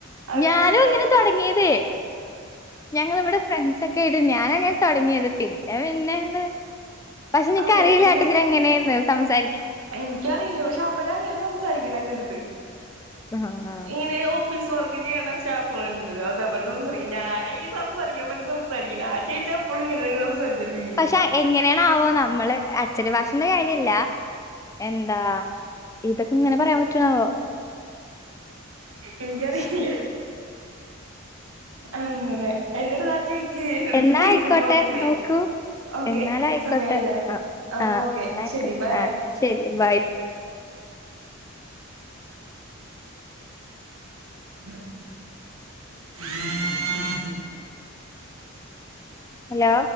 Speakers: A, on the right (about 85°); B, on the left (about 15°).
A: അവര്
B: ഞാനും
A: അത് അങ്ങനെ
B: തൊടങ്ങിയതേ ഞങ്ങളിവിടെ ഫ്രണ്ട്സക്കെ ആയിട്ട് ഞാനാ അങ്ങന തുടങ്ങിയത് പിന്നെ പിന്നെഅങ്ങട് പക്ഷെ എനിക്കറിയില്ലട്ടാ
A: അവന്
B: ഇത് എങ്ങനെയന്ണ് സംസാ
A: എനിക്കറിയില്ല പക്ഷെ അവരങ്ങനെ സംസാരിക്കണ എന്റെ അടുത്ത്
B: ആഹ്
A: ഇങ്ങനെയോ ഓഫീസ് വർക്ക് ചെയ്യണ സ്റ്റാഫ്കൾ ഉണ്ടല്ലോ അത് പോലെ സംസാരിക്കണ ഞാന് സംസാരിക്ക പറ്റുന്ന സംസാരിക്കന്ന് ഉണ്ട് ആ ചേച്ചി എപ്പളും ഇങ്ങനെ തന്നെയാ സം സാരിച്ചോണ്ടരിക്കും
B: പക്ഷെ എങ്ങനെയണ് ആവോ നമ്മള് അച്ചടി ഭാഷന്റെ കാര്യംല്ല എന്താ ഇതൊക്കെ ഇങ്ങനെ പറയാൻ പ റ്റാ ഒ
A: എനിക്കറിയില്ല
B: സ്
A: അങ്ങനെ എന്റെടുത്താചേച്ചി എടുത്ത്
B: എന്നാ
A: കേറ്റും
B: ആയിക്കോട്ടെ
A: പർഞ്ഞിണ്ടായി
B: നോക്കൂ.
A: ഓക്കെ
B: എന്നാലായിക്കോട്ടെ.
A: സമയായില്ലേ
B: ആഹ്
A: അപ്പോക്കെ
B: ആഹ് എന്നായിക്കോട്ടെ.
A: ശരി ബായ്
B: ആഹ് ശരി ബൈ.
A: <inaudible> <inaudible> <inaudible>
B: ഹലോ